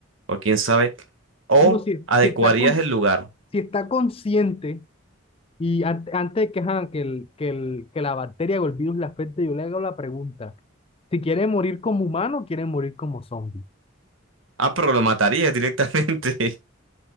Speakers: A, on the right (about 75°); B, on the left (about 30°).
A: o quién sabe, o
B: No, si,
A: adecuarías
B: si está con, si
A: el lugar.
B: está consciente y an- antes de que, ajá, que, el, que, el, que la bacteria o el virus le afecte, yo le hago la pregunta. Si quiere morir como humano, o quiere morir como zombie.
A: Ah, pero lo matarías directamente. <laughs>